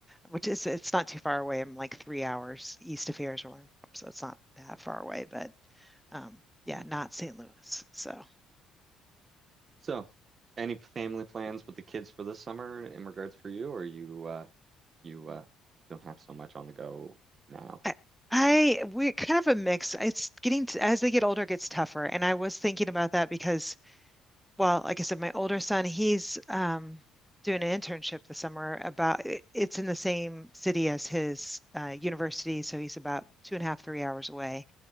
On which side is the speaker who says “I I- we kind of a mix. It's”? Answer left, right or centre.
Centre